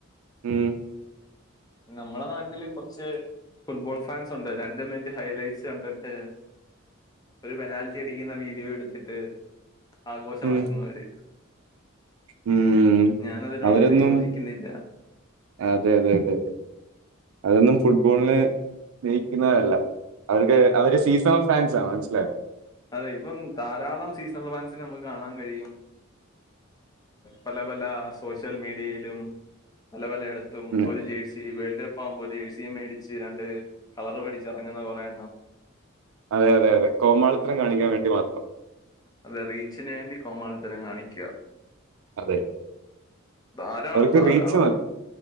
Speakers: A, on the right; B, on the left.
A: ഉം
B: നമ്മളെ നാട്ടില് കൊർച്ച് ഫുട്ബോൾ ഫാൻസ് ഉണ്ട് രണ്ട് മിനിറ്റ് ഹൈലൈറ്റ്സ് കണ്ട്ണ്ട് ഒരു പെനാൽറ്റി അടിക്കുന്ന വീഡിയോ എടുത്തിട്ട് ആഘോഷമാക്കുന്നവര്
A: ഉം, ഉം.
B: ഞാൻ അതിനോടൊന്നും
A: അവരൊന്നും
B: യോജിക്കുന്നില്ല
A: അതെ അതെ അതെ അതെ അതൊന്നും ഫുട്ബോളിന് സ്നേഹിക്കുന്നവരല്ല അവർക്ക് അവര് സീസണൽ ഫാൻസാണ് മനസ്സിലായോ
B: അതെ ഇപ്പം ധാരാളം സീസണൽ ഫാൻസിനെ നമുക്ക് കാണാൻ കഴിയും പല പല സോഷ്യൽ മീഡിയയിലും പല പല ടത്തും
A: ഉം.
B: ഒരു ജേഴ്സി വേൾഡ് കപ്പ് കപ്പാക്കുമ്പോ ജേഴ്‌സിയും മേടിച്ച് രണ്ട് കളർ മേടിച്ച് ഇറങ്ങുന്ന കുറെ എണ്ണം
A: അതെ അതെ അതെ കോമാളിത്തരം കാണിക്കാൻ വേണ്ടി മാത്രം
B: അത് റീച്ചിന് വേണ്ടി കോമാളിത്തരം കാണിക്കുവാ
A: അതെ
B: ധാരാളം
A: അവർക്ക്
B: ധാരാളം
A: റീച്ച്